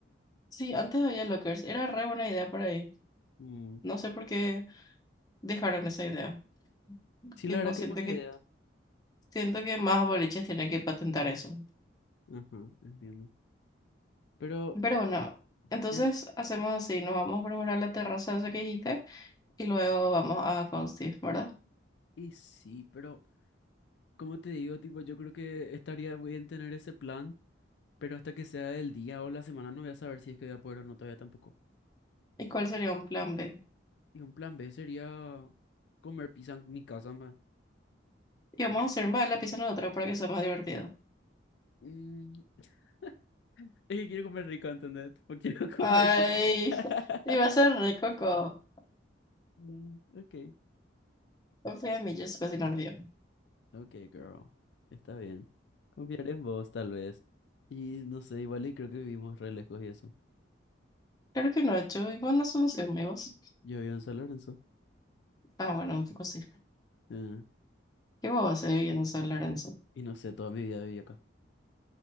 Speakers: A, on the left; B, on the left.
A: Sí, antes había lockers. Era re buena idea por ahí.
B: Mm.
A: No sé por qué dejaron esa idea.
B: Sí,
A: Tipo,
B: la verdad que
A: siento
B: es buena
A: que,
B: idea.
A: siento que más boliches tienen que patentar eso.
B: Ajá, entiendo. Pero,
A: Pero bueno, entonces
B: en-
A: hacemos así, nos vamos a preparar la terraza esa que dijiste y luego vamos a Consti, ¿verdad?
B: y sí, pero, como te digo, tipo, yo creo que estaría bien tener ese plan, pero hasta que sea el día o la semana no voy a saber si es que voy a poder o no todavía tampoco.
A: ¿Y cuál sería un plan B?
B: Y un plan B sería comer pizza en mi casa, man.
A: Y vamos a hacer más la pizza nosotros para que sea más divertido.
B: Mm, <laughs> Es que quiero comer rico, ¿entendés? Porque quiero comer.
A: Ay,
B: <laughs>
A: y va a ser rico, Coco.
B: Mm, ok.
A: Confía en mí, yo sé cocinar bien.
B: Ok, girl. Está bien. Confiaré en vos, tal vez. Y no sé, igual y creo que vivimos re lejos y eso.
A: Claro que no, yo vivo en Asunción, amigos.
B: Yo vivo en San Lorenzo.
A: Ah, bueno, un poco sí.
B: eh,
A: ¿Qué vos vas a hacer viviendo en San Lorenzo?
B: y no sé, toda mi vida viví acá.